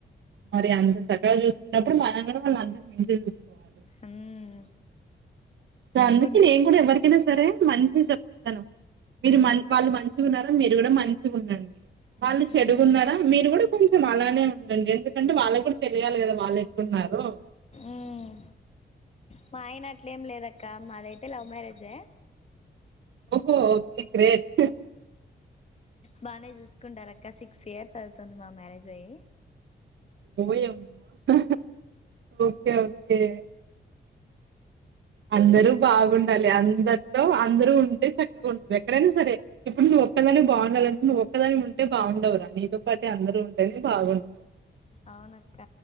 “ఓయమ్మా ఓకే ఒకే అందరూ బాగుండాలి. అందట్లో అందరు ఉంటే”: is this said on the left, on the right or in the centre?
Right